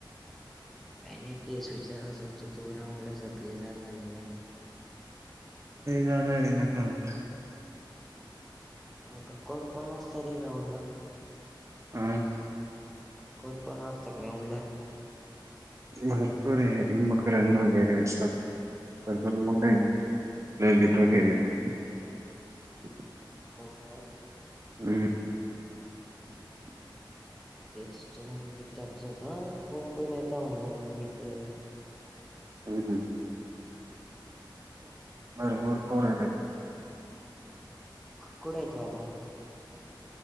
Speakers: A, in the centre; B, on the right.
A: का नाही तेच विचार असत तू राऊंडला सगळी जाणार नाही.
B: जाणार आहे ना ग्राउंड ला.
A: हो का कोण कोण असत र ग्राउंड ला?
B: हा
A: कोण कोण असता ग्राउंड ला?
B: भरपूर आहे म. रन वगैरे असतात भरपूर ललित वगैरे येतात. <unintelligible>
A: हो का?
B: हम् <inaudible>
A: तेच तो मग विचारचं होत कोण कोण येत म्हणून मित्र?
B: ह हम. बरबर पर.
A: कुठे येतो आता?